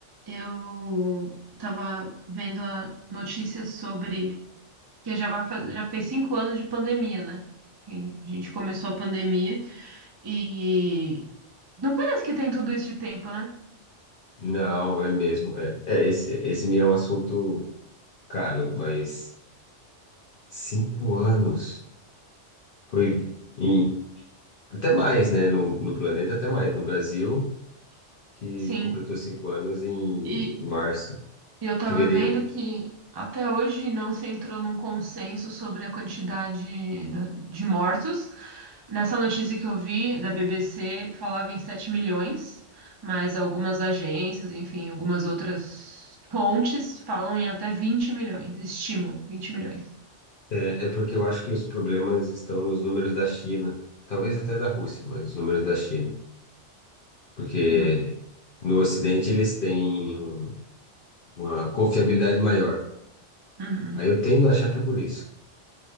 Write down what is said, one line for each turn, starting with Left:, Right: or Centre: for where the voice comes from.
Right: Eu tava vendo a notícia sobre que já vai fa- já fez cinco anos de pandemia, né? E a gente começou a pandemia e não parece que tem tudo isso de tempo, né?
Left: Não, é mesmo. É, É, esse, esse me é um assunto caro, mas cinco anos foi em, até mais, né? No, no planeta, até mais. No Brasil, que
Right: Sim.
Left: completou cinco anos em
Right: E
Left: março,
Right: E eu tava
Left: fevereiro.
Right: vendo que até hoje não se entrou num consenso sobre a quantidade da- de mortos. Nessa notícia que eu vi da BBC, falava em 7 milhões, mas algumas agências, enfim, algumas outras fontes falam em até 20 milhões, estimam 20 milhões.
Left: É, é porque eu acho que os problemas estão nos números da China, talvez até da Rússia, mas os números da China, porque
Right: Não foi.
Left: no Ocidente eles têm um, uma confiabilidade maior.
Right: Uhum.
Left: Aí eu tendo a achar que é por isso.